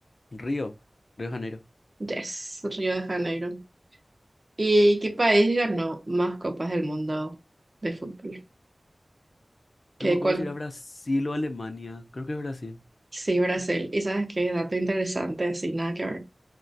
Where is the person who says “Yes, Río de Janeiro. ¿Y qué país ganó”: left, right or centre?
Right